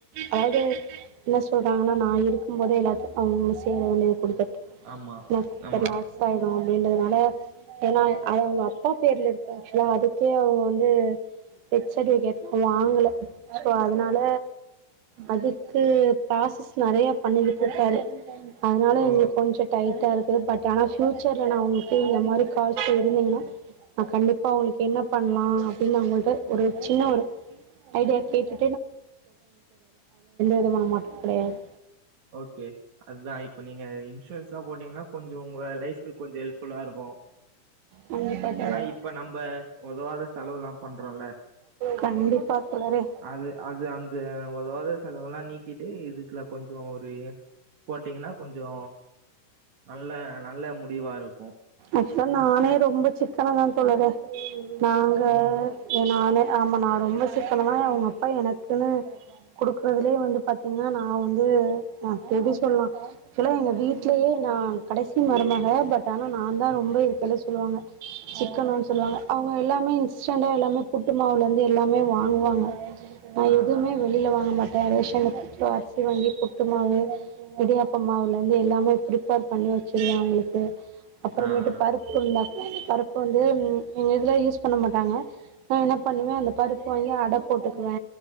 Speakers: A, on the right (about 70°); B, on the right (about 50°).
A: அதாவது என்ன சொல்கறாங்கன்னா நான் இருக்கும் போதே எல்லாத்துக்கும் அவங்கும் சேர வேண்டியது குடுத்த
B: ஆமா,
A: ம்
B: ஆமா.
A: லாஸ் ஆயிடும் அப்படின்றதுனால ஏன்னா அது அவங்க அப்பா பேர்ல இருக்கு ஆக்சுவலா அதுக்கே அவங்க வந்து சர்டிபிகேட் வாங்கல சோ அதனால அதுக்கு ப்ராசஸ் நறையா பண்ணிக்கிட்டு இருக்காரு அதுனால
B: ஓ!
A: இங்க கொஞ்சம் டைட்டா இருக் பட் ஆனா பியூச்சர்ல நான் உங்களுக்கு இந்த மாரி கால்ஸ் இருந்தீங்கன்னா நா கண்டிப்பா உங்களுக்கு என்ன பண்லாம் அப்படின்னு உங்ககிட்ட ஒரு சின்ன ஒரு ஐடியாக்கேட்டு விதமான மாற்றம் கெடையாது
B: ஓகே அதான் இப்ப நீங்க இன்ரன்ஸ்ல போட்டீங்கா கொஞ்சம் உங்க லைஃப்க்கு கொஞ்ச ஹெல்ப்ஃபுல்லா இருக்கு
A: கண்டிப்பா தோழரே
B: ஏன்னா இப்ப நம்ம உதவாத செலவுல்லாம் பண்றோம்ல
A: கண்டிப்பா தோழரெ
B: அது அது அந்த ஒதவாத செலவுல்லா நீக்கிட்டு இதுக்குல கொஞ்சோ ஒரு போட்டீங்கன்னா கொஞ்சோ நல்ல நல்ல முடிவா இருக்கு
A: ஆக்சுவலா நானே ரொம்ப சிக்கன தா தோழரே நாங்கள்
B: ம்
A: நானே ஆமா நா ரொம்ப சிக்கனமா அவுங்கப்பா எனக்குன்னு குடுக்குறதுலயே வந்து பாத்தீங்ன்னா நா வந்து அ எப்டி சொல்லா ஆச்சுலா எங்க வீட்லயே நா கடைசி மருமஹ பட் ஆன் நாந்தா
B: ம்.
A: ரொம்ப இருக்கைலே சொல்லுவாங்க சிக்கனோன் சொல்லுவாங்க அவுங்க எல்லாமே இன்ஸ்டண்டா எல்லாமே புட்டு மாவுலிந்து எல்லாமே வாங்குவாங்க நான்
B: ஆ,
A: எதுமே
B: ஆ,
A: வெளில வாங்க மாட் ரேஷன் <unintelligible> அரிசி வாங்கி புட்டு மாவு இடி யாப்ப மாவுலிந்து எல்லாமே ப்ரிபேர் பண்ணி வச்சிருவே அவுங்களுக்கு அப்றமேட்டு
B: ஆ, ஆ,
A: பருப்புருண்ட பருப்பு வந்து எங்க இதுல யூஸ் பண்ண மாட்டாங்க நா என்ன பண்ணுவே அந்த பருப் பு வாங்கி அட போட்டுக்குவே